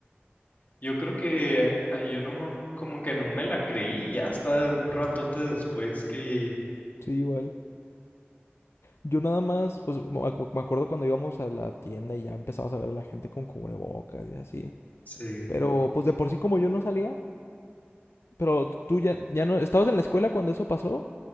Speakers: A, on the left (about 45°); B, on the left (about 80°).
A: yo creo que ah, yo no, mo- como que no me la creí ya hasta un ratote después que
B: Sí, igual. Yo nada más, pues me me acuerdo cuando íbamos a la tienda y ya empezabas a ver a la gente con cubrebocas y así.
A: se,
B: Pero pues de por sí como yo no salía, pero tú ya, ya no, ¿estabas en la escuela cuando eso pasó?